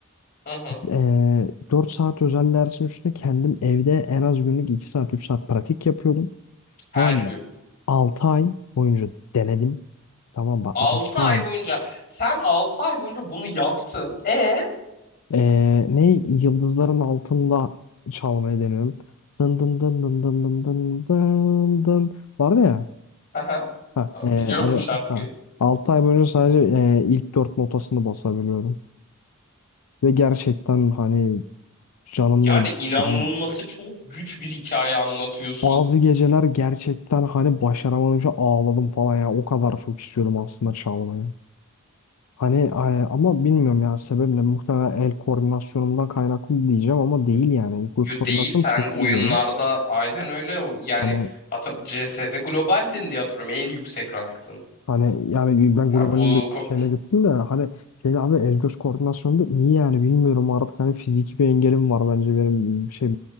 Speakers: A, on the left; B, on the left.
A: Hı hı.
B: Ee, 4 saat özel dersin üstüne kendim evde en az günlük 2 saat 3 saat pratik yapıyordum.
A: Her
B: Tamam
A: gün.
B: mı? 6 ay boyunca denedim. Tamam mı?
A: 6
B: 6 ay.
A: ay boyunca. Sen altı ay boyunca bunu yaptın. E?
B: Ee, ne? Yıldızların altında çalmayı deniyorum. Dın dın dın dın dın dın dın dın dın. Vardı ya.
A: Hı hı.
B: Ha,
A: Abi
B: ee,
A: Biliyorum
B: abi
A: şarkıyı.
B: ha. 6 ay boyunca sadece ee, ilk 4 notasını basabiliyordum. Ve gerçekten hani canımla
A: Yani inanılması
B: hani
A: çok güç bir hikaye anlatıyorsun.
B: Bazı geceler gerçekten hani başaramayınca ağladım falan ya. O kadar çok istiyordum aslında çalmayı. Hani ay- ama bilmiyorum ya sebep ne? Muhtemelen el koordinasyonumdan kaynaklı diyeceğim ama değil yani. Göz
A: Yo
B: koordinasyonum
A: değil sen
B: çok iyi
A: oyunlarda
B: benim.
A: aynen öyle o- yani
B: Hani
A: hatır CS'de globaldin diye hatırlıyorum en yüksek ranktın.
B: hani yani ben
A: Ya
B: globalin
A: bu
B: de
A: ko-
B: şeyine gittim de hani şeyde abi el göz koordinasyonu da iyi yani bilmiyorum artık hani fiziki bir engelim var bence benim şey